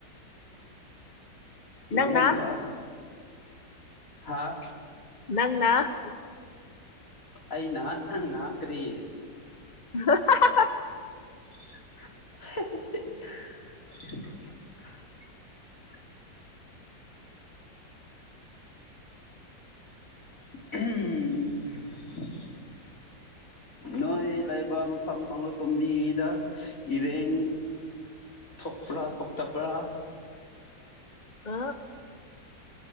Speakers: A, on the left; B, on the left.
A: ꯃꯂ
B: ꯅꯪꯅ
A: ꯑꯃꯒ ꯍꯥꯥ
B: ꯅꯟꯅ ꯎ
A: ꯑꯩ ꯅꯍ ꯅꯪ ꯅꯅꯥ ꯀꯔꯤ
B: <inaudible>
A: <inaudible> ꯎꯝ ꯅꯣꯏ ꯂꯩꯕ ꯃꯐꯝ ꯀꯥꯡꯂꯨꯞ ꯇꯣꯝꯕꯤꯗ ꯏꯔꯦꯡ ꯊꯣꯛꯄ꯭ꯔꯥ ꯊꯣꯛꯇꯕ꯭ꯔꯥ
B: ꯑ